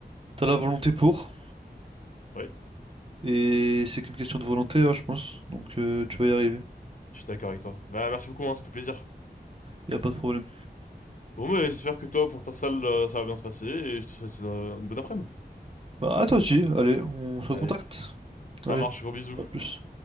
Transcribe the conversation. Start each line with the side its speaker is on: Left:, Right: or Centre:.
Right: t'as la volonté pour.
Left: Ouais,
Right: Et c'est qu'une question de volonté, hein, je pense. Donc, euh, tu vas y arriver.
Left: je suis d'accord avec toi. Bah, merci beaucoup, hein, ça fait plaisir.
Right: Y a pas de problème.
Left: Bon, mais j'espère que toi, pour ta salle, euh, ça va bien se passer et je te souhaite une, une bonne après-midi.
Right: Bah, à toi aussi, allez, on se
Left: Allez,
Right: recontacte.
Left: ça
Right: Allez,
Left: marche, gros bisous.
Right: à plus.